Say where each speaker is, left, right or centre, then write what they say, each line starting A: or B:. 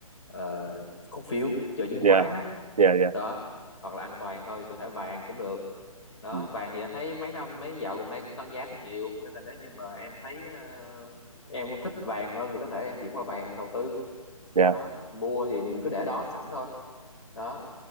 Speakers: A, on the left; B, on the right.
A: ờ, cổ phiếu chơi chứng
B: dạ,
A: khoán đó
B: dạ, dạ. dạ,
A: đó hoặc là an toàn hơi có thể vàng cũng được đó
B: ừ.
A: vàng thì anh thấy mấy năm mấy dạo gần đây cũng tăng giá cũng nhiều nên là nếu như mà em thấy ờ, em thích vàng hơn thì có thể em chuyển qua vàng em đầu tư
B: Dạ.
A: đó mua thì mình cứ để đó sẵn thôi đó